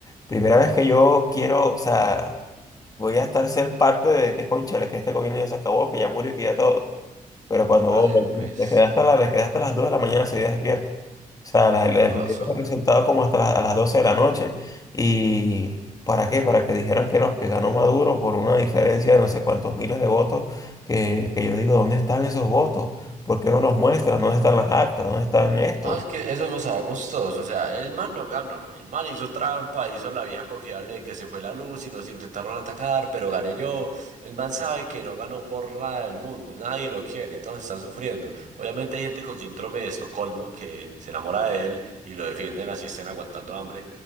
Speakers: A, on the left; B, on the right.
A: primera vez que yo quiero, o sea, voy a estar ser parte de que, cónchale, que este gobierno ya se acabó, que ya murió, que ya todo. Pero cuando
B: Parce,
A: vos
B: pues,
A: te quedaste hasta, la- le quedé hasta las 2 de la mañana, seguía despierto. O sea, las- el, el
B: no,
A: proyecto
B: eso,
A: fue como hasta las, a las 12 de la noche. ¿Y para qué? Para que dijeran que no, que ganó Maduro por una diferencia de no sé cuántos miles de votos, que, que yo digo, ¿dónde están esos votos? ¿Por qué no los muestran? ¿Dónde están las actas? ¿Dónde están estos?
B: no, es que eso lo sabemos todos, o sea, el man no ganó, el man hizo trampa, hizo la vieja confiable de que se fue la luz y nos intentaron atacar, pero gané yo, el man sabe que no ganó por nada del mundo, nadie lo quiere, todos están sufriendo, obviamente hay gente con síndrome de Estocolmo que se enamora de él y lo defienden así estén aguantando hambre,